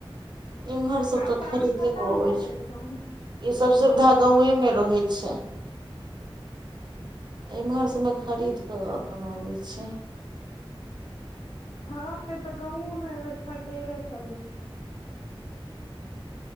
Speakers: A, on the right; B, on the left.
A: इम्हर सब
B: आब तऽ
A: खरीदे
B: आम खतम
A: के अबै
B: भऽ
A: छै
B: गेलै गाव।
A: ई सब सुविधा गावे मे रहै छै इमहर तऽ मे खरीद के अपन आबे छै।
B: हँ से तऽ गाँंवों मे ए बेर खरीदेबे करै छै।